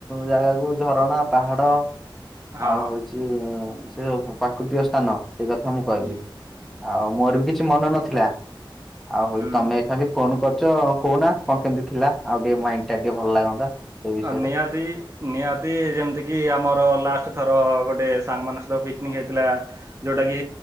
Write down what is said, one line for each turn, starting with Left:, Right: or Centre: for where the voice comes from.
Centre: ଜାଗାକୁ ଝରଣା ପାହାଡ।
Right: ହଁ
Centre: ଆଉ ହଉଚି ସେ ଯୋଉ ପ୍ରାକୃତିକ ସ୍ଥାନ। ସେଇ କଥା ମୁଁ କଇଲି
Right: ହୁଁ
Centre: ଆଉ ମୋର ବି କିଛି ମନ ନଥିଲା। ଆଉ ହଉ
Right: ହୁଁ।
Centre: ତମେ ଖାଲି ଫୋନ କରି ଚ କହୁନା କଣ କେମିତି ଥିଲା ଆଉ ଟିକେ ମାଇଣ୍ଡ ଟା ଟିକେ ଭଲ ଲାଗନ୍ତା। ସେଇ ବିଷୟରେ
Right: ଆ ନିହାତି ନିହାତି ଯେମିତି କି ଆମର ଲାଷ୍ଟ ଥର ଗୋ ଟେ ସାଙ୍ଗମାନଙ୍କ ସହିତ ପିକନିକ ହେଇଥିଲା ଯୋଉଟା କି